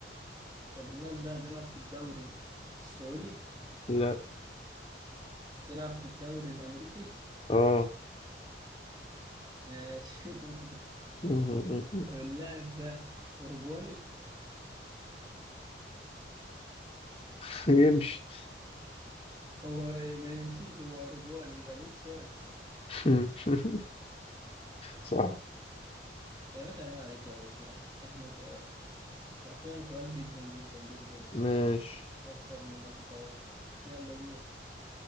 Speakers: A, on the right (about 20°); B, on the left (about 35°).
A: بنلعب ده بيلعب في الدوري السعودي
B: لا
A: بيلعب في الدوري الأمريكي
B: اه
A: ماشي <laughs>
B: <laughs> مم. مم. مم.
A: طب اللاعب ده أوروجواني
B: <laughs> يمشي
A: هو ما يمشيش هو أوروجواني يبقى لويس سواريز
B: <laughs> صح
A: يا باشا عيب عليك يا باشا يعني احنا تقال حرفيا تقال جدا جدا جدا
B: ماشي
A: أكثر مما تتوقع يلا دور